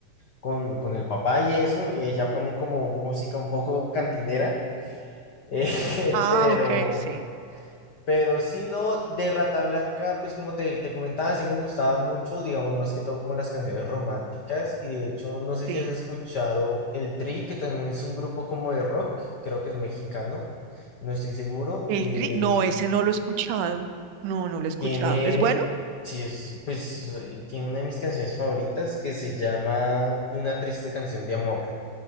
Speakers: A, on the left (about 85°); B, on the right (about 80°).
A: con, con el papá y eso, eh, ya pone como música un poco cantinera, <laughs> eh,
B: Ah,
A: pero...
B: ok, sí,
A: Pero si no, de Rata Blanca, pues como te, te comentaba, sí me gustaba mucho, digamos, más que todo como las canciones románticas. Y de hecho, no sé
B: sí.
A: si has escuchado El Tri, que también es un grupo como de rock, creo que es mexicano, no estoy seguro, que
B: El cri- no, ese no lo he escuchado. No, no lo he escuchado.
A: tiene,
B: ¿Es bueno?
A: sí es, pues, y tiene una de mis canciones favoritas que se llama Una triste canción de amor.